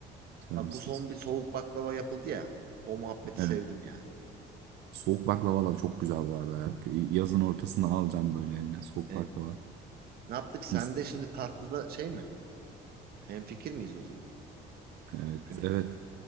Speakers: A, on the right (about 80°); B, on the right (about 65°).
A: Sever
B: Bak
A: misiniz?
B: bu son bir soğuk baklava yapıldı ya. O muhabbeti
A: Evet.
B: sevdim yani.
A: Soğuk baklava da çok güzel bu arada ya.
B: Hı hı.
A: Yazın ortasında alacağım böyle eline. Soğuk
B: Evet.
A: baklava.
B: Ne yaptık? Sen
A: Mis.
B: de şimdi tatlıda şey mi? Hemfikir miyiz o zaman?
A: Evet.
B: Künefe.
A: Evet.